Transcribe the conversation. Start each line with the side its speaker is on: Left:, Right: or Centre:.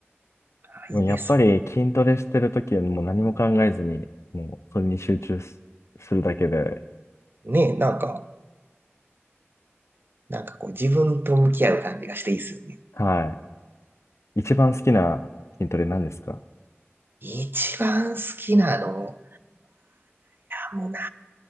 Right: あいいですね。
Left: もうやっぱり筋トレしてるときはもう何も考えずに、もうそれに集中す、するだけで、
Right: ねえ、なんか、なんかこう自分と向き合う感じがしていいっすよね。
Left: はい。一番好きな筋トレ何ですか
Right: 一番好きなのは悩むな